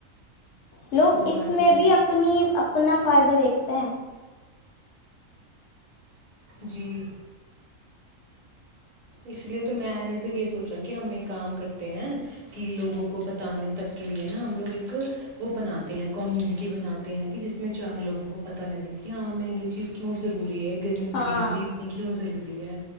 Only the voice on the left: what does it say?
لوگ
اس میں
بھی اپنی اپنا فائدہ دیکھتے ہیں
ہاں